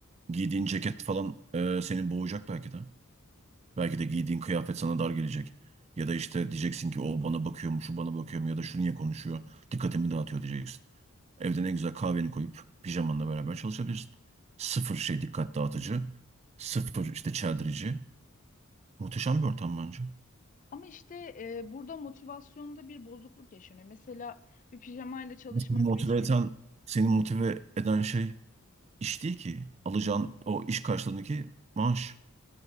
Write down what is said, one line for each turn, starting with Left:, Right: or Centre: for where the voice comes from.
Right: giydiğin ceket falan e, senin boğacak belki de. Belki de giydiğin kıyafet sana dar gelecek. Ya da işte diyeceksin ki o bana bakıyor mu, şu bana bakıyor mu ya da şu niye konuşuyor, dikkatimi dağıtıyor diyeceksin. Evde ne güzel kahveni koyup pijamanla beraber çalışabilirsin. Sıfır şey dikkat dağıtıcı, sıfır işte çeldirici. Muhteşem bir ortam bence.
Left: Ama işte e, burada motivasyonda bir bozukluk yaşanıyor. Mesela bir pijamayla çalışmak
Right: Seni motive
Left: ve istediğin
Right: eden, seni motive eden şey iş değil ki. Alacağın o iş karşılığındaki maaş.